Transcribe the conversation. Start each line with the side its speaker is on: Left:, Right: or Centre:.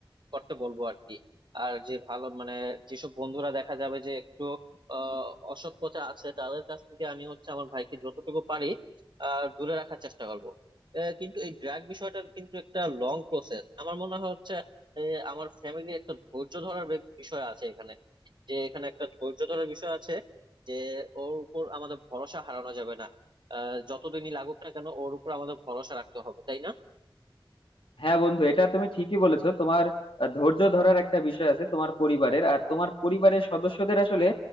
Right: করতে বলবো আর কি আর যে ভালো মানে যেসব বন্ধুরা দেখা যাবে যে একটু আহ অসৎ পথে আছে তাদের কাছ থেকে আমি হচ্ছে আমার ভাইকে যতটুকু পারি আহ দূরে রাখার চেষ্টা করবো আহ, কিন্তু এই ড্রাগ বিষয়টা কিন্তু একটা লং প্রসেস আমার মনে হয় হচ্ছে আহ, আমার ফ্যামিলির একটা ধৈর্য ধরার বে- বিষয় আছে এখানে যে এখানে একটা ধৈর্য ধরার বিষয় আছে যে ওর উপর আমাদের ভরসা হারানো যাবে না আহ, যতদিনই লাগুক না কেন ওর উপর আমাদের ভরসা রাখতে হবে তাই না
Left: হ্যাঁ বন্ধু এটা তুমি ঠিকই বলেছো তোমার আহ, ধৈর্য ধরার একটা বিষয় আছে তোমার পরিবারের আর তোমার পরিবারের সদস্যদের আসলে